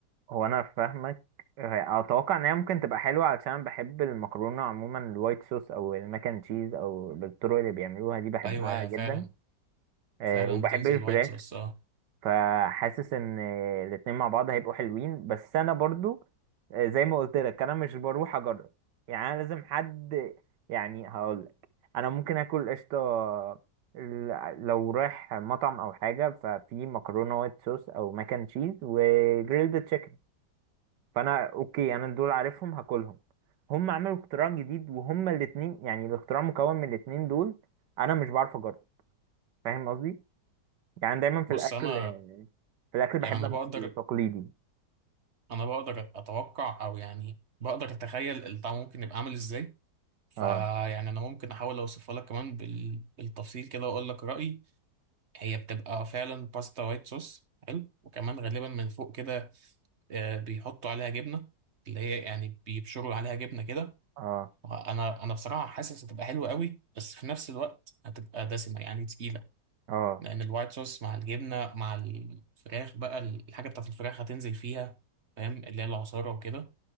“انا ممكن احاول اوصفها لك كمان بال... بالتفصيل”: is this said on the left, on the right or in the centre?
Right